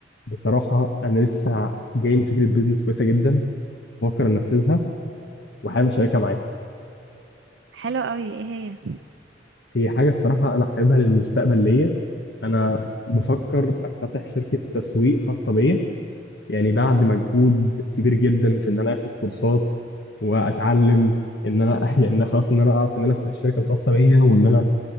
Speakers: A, on the left (about 65°); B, on the right (about 75°).
A: بصراحة أنا لسه جاي لي فكرة بيزنس كويسة جدا بفكر أنفذها وحابب أشاركها معاكي
B: حلو قوي ايه هي
A: هي حاجة الصراحة أنا حاببها للمستقبل ليا أنا بفكر أفتتح شركة تسويق خاصة بيا يعني بعد مجهود كبير جدا في إن أنا آخد كورسات وأتعلم إن أنا <laughs> يعني إن أنا خلاص إن أنا أعرف إن أنا أفتح الشركة الخاصة بيا وإن أنا